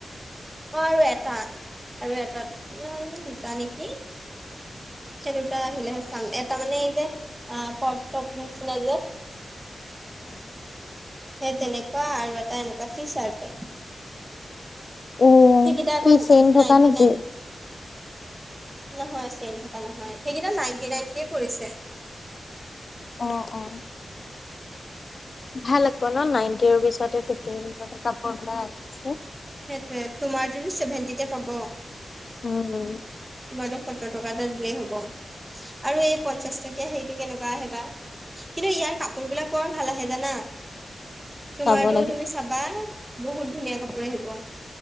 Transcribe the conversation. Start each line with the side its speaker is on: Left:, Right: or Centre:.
Right: বাৰু এটা আৰু এটাত ন দুটা নেকি? সেই দুটা আহিলেহে চাম, এটা মানে এই যে <unintelligible> যে।
Left: উ
Right: সেই তেনেকুৱা আৰু এটা এনেকুৱা টি চাৰ্ট
Left: উম,
Right: সেইকেইটা আকৌ
Left: কি চেইন থকা
Right: নাইনটি
Left: নেকি?
Right: নাইন নহয় চেইন থকা নহয়, সেইকেইটা নাইনটি নাইন কেই পৰিছে।
Left: অ' অ'। ভাল আকৌ ন নাইনটি ৰুপিছতে ফিফটিৰ ৰুপিছতে কাপোৰ ওলাই আহিছে।
Right: সেইটোয়েই, তোমাৰ যদি চেভেণ্টিতে পাব
Left: উম উম।
Right: তোমাৰটো সত্তৰ টকা এটা দিলেই হ'ব, আৰু এই পঞ্চাশ টকীয়া হেৰিটো কেনেকুৱা আহে বা। কিন্তু ইয়াৰ কাপোৰবিলাক বৰ ভাল আহে জানা, তোমাৰতোও
Left: চাব লাগিব
Right: তুমি চাবা বহুত ধুনীয়া কাপোৰ আহিব।